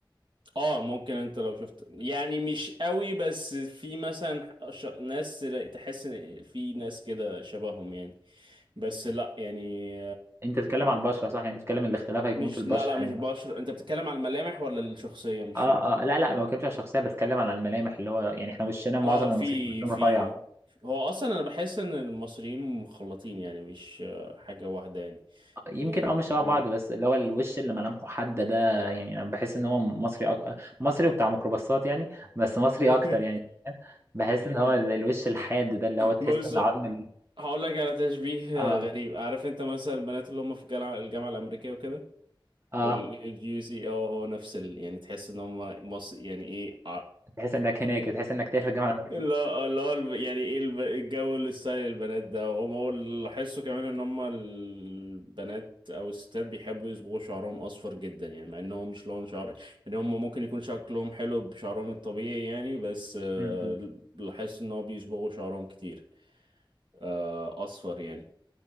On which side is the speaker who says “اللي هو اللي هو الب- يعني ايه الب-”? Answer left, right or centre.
Right